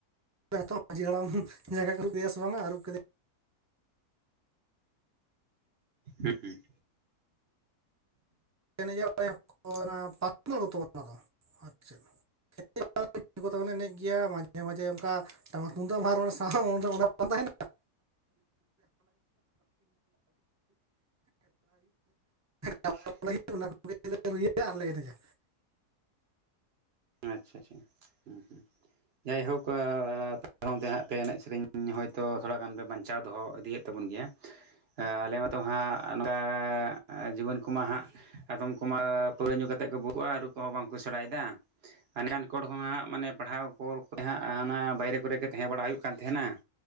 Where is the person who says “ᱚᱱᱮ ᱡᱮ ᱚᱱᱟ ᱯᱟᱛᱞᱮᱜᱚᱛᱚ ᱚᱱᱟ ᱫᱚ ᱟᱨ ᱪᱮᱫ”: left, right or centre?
Right